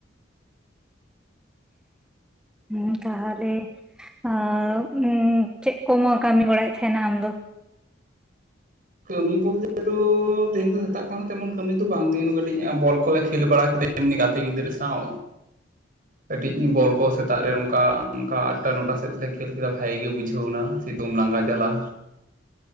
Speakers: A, in the centre; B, on the right.
A: ᱦᱩᱸ ᱛᱟᱦᱚᱞᱮ ᱟ ᱚ ᱪᱮᱫ ᱠᱚᱢᱚ ᱠᱟᱹᱢᱤ ᱵᱟᱲᱟᱭᱮᱫ ᱛᱟᱦᱮᱱᱟ ᱟᱢᱫᱚ
B: ᱠᱟᱹᱢᱤ ᱵᱚᱞᱛᱮ ᱫᱚ ᱛᱮᱦᱮᱧ ᱫᱚ ᱥᱮᱛᱟᱜ ᱠᱷᱚᱱ ᱫᱚ ᱛᱮᱢᱚᱱ ᱠᱟᱹᱢᱤ ᱫᱚ ᱵᱟᱝ ᱛᱟᱦᱮᱭᱟ ᱠᱟᱹᱴᱤᱡ ᱵᱚᱞ ᱠᱚᱞᱮ ᱠᱷᱮᱞ ᱵᱟᱲᱟ ᱠᱮᱫᱟ ᱮᱢᱱᱤ ᱜᱟᱛᱮ ᱜᱤᱫᱽᱨᱟᱹ ᱥᱟᱶ ᱠᱟᱹᱴᱤᱡ ᱵᱚᱞ ᱠᱚ ᱥᱮᱛᱟᱜ ᱨᱮ ᱚᱱᱠᱟ ᱚᱱᱠᱟ ᱟᱴᱴᱟ ᱱᱚᱴᱟ ᱥᱮᱫ ᱛᱮᱞᱮ ᱠᱷᱮᱞ ᱠᱮᱫᱟ ᱵᱷᱟᱜ ᱜᱮ ᱵᱩᱡᱷᱟᱹᱣ ᱮᱱᱟ ᱥᱤᱛᱩᱢ ᱞᱟᱝᱜᱟ ᱡᱟᱞᱟ